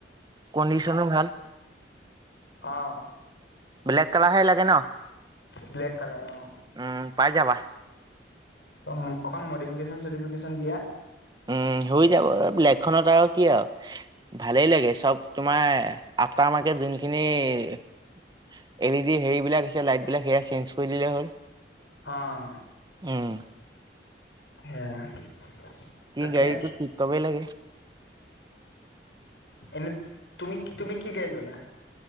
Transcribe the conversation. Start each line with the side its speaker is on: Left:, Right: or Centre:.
Right: কণ্ডিশনো ভাল।
Left: অহ।
Right: ব্লেক কালাৰহে লাগে ন'
Left: ব্লেক কালাৰ অ
Right: উম। পাই যাবা।
Left: ত মোক অকণ মডিফিকেচন চডিফিকেচন দিয়া।
Right: উম। হৈ যাব লেগখনত আৰু কি আৰু ভালেই লাগে চব তোমাৰ আফটাৰ মাৰ্কেট যোনখিনি এল ই ডি হেৰি বিলাক দিছে লাইটবিলাক সেয়া চেঞ্জ কৰি দিলেই হ'ল।
Left: অ'।
Right: উম।
Left: <unintelligible> তাকে
Right: গাড়ীটো
Left: <unintelligible>
Right: টিপ টপেই লাগে।
Left: এনে তুমি-তুমি কি গাইললা?